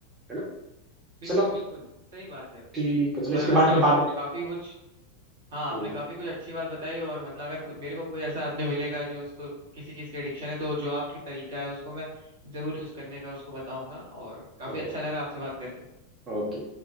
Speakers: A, on the right (about 25°); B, on the right (about 65°).
A: है ना
B: बिल्कुल
A: चलो
B: बिल्कुल सही बात है
A: ठीक है चलो
B: पर
A: इसके
B: आपने
A: बारे में
B: स-
A: बात
B: काफी कुछ हाँ आपने
A: हम्म,
B: काफी कुछ अच्छी बात बताई और मतलब अगर कुछ मेरे को कोई ऐसा आदमी मिलेगा जो उसको किसी चीज की एडिक्शन है तो जो आपकी तरीका है उसको मैं जरूर यूज करने का उसको बताऊंगा और काफी
A: ओ-
B: अच्छा लगा आपसे बात करके
A: ओके